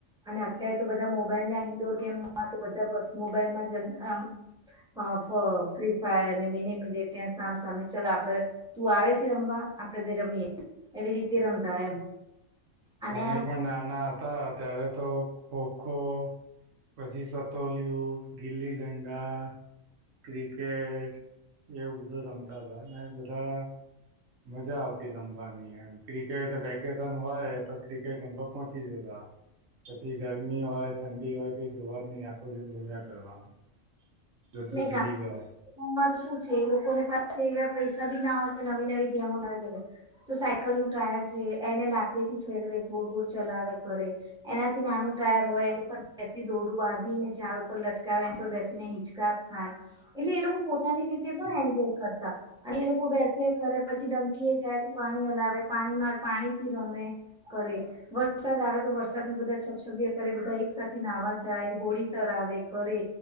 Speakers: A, in the centre; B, on the right (about 90°).
A: અને અત્યારે તો બધા મોબાઈલ ઇન્ડોર ગેમમાં તો બધા બસ મોબાઈલમાં જતામ અ ફ્રી ફાયરને મિની મિનીન સામ સામી ચાલ આપડે તું આવે છે રમવા. આપણે બે રમીએ એવી રીતે રમતા એમ. અને
B: તમે પણ નાના હતા ત્યારે તો ખોખો, પછી સતોલિયું, ગીલી દંડા. ક્રિકેટ એવું બધું રમતા હતા બધા મજા આવતી રમવાનીમ ક્રિકેટ વેકેશન હોય તો ક્રિકેટ રમવા પહોંચી જતા. પછી ગરમી હોય ઠંડી હોય કઈ જોવા જ નહી આખો દિવસ જમ્યા કરવાનું. બધું
A: ને
B: ભૂલી જય.
A: માં તો શું છે લોકોને પાસે એવા પૈસા બી ના હોય કે નવી નવી ગેમો લાવ કે તો, સાયકલ નું ટાયર છે એને લાકડીથી ફેરવે ગોળ ગોળ ચલાવે કરે, એનાથી નાનું ટાયર હોય એની પર બેસી દોરડું બાંધીને ઝાડ ઉપર લટકા એના પર બેસીને હિંચકા હા, એટલે એ લોકો પોતાની રીતે પણ એન્જોય કરતા, અને એ લોકો બેસે ખરે પછી ડમકી પ એ જાય તો પાણી હલાવે પાણીમાં પાણી થી રમે. કરે, વરસાદ આવે તો વરસાદમાં બધા છપછબિયા કરે બધા એક સાથે નહવા જાય હોળી તરા આવે કરે,